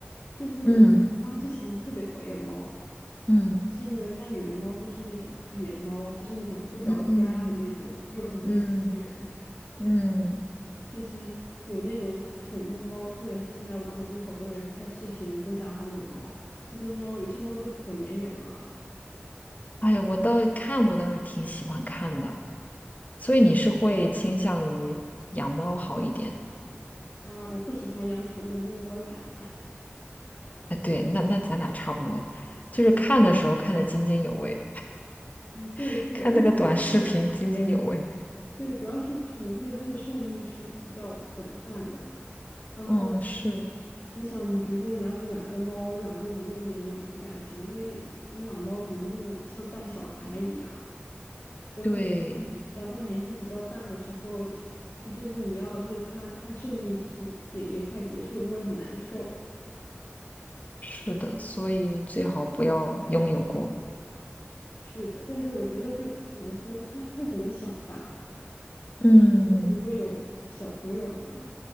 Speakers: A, on the left; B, on the left.
A: 就是我妈之前特别讨厌猫，
B: 嗯。嗯
A: 是因为她以为猫都是那种野猫，就是那种不着家的那种，
B: 嗯
A: 又很不亲人。
B: 嗯嗯，
A: 但是有那种宠物猫，特别是现在网上不是好多人拍视频分享他们的猫，那些猫有些猫都可粘人了
B: 哎呀，我倒看我倒是挺喜欢看的，所以你是会倾向于养猫好一点？
A: 啊！我不喜欢养宠物，因为我懒。
B: 哎，对，那那咱俩差不多，就是看的时候看得津津有味，
A: 哎，对，
B: <laughs>
A: 是的，
B: 看那个短视频津津有味。
A: 而且主要是对，主要是宠物它的寿命是比较短暂的。然后
B: 嗯，是，
A: 你想，你比如说，你要是养个猫，养个五六年，养出感情了，因为你你养猫肯定是那种像带小孩一样，然后
B: 对，
A: 养到年纪比较大的时候，<tsk> 就是你要就是它它寿命就是也也快结束了，就会很难受。
B: 是的，所以最好不要拥有过。
A: 是的，但是我觉得就怎么说呢，看看怎么想吧。
B: 嗯，
A: 就是我觉得如果有小朋友的话，